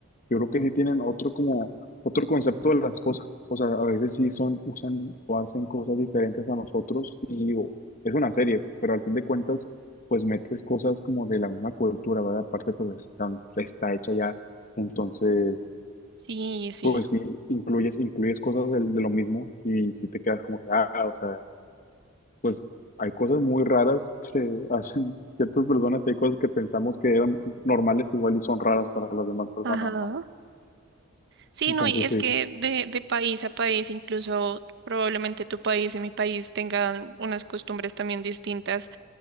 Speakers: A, on the left; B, on the right.
A: yo creo que sí tienen otro como otro concepto de las cosas. O sea, a veces sí son, usan o hacen cosas diferentes a nosotros y digo, es una serie, pero al fin de cuentas, pues metes cosas como de la misma cultura, ¿verdad? Aparte, pues están- está hecha ya. Entonces,
B: Sí, sí.
A: pues sí, incluyes, incluyes cosas del- de, lo mismo y si te quedas como que, ah, o sea, pues hay cosas muy raras que <laughs> hacen ciertas personas y hay cosas que pensamos que eran normales igual y son raras para las demás personas,
B: Ajá.
A: ¿no?
B: Sí,
A: Entonces,
B: no, y es
A: sí.
B: que de, de país a país, incluso probablemente tu país y mi país tengan unas costumbres también distintas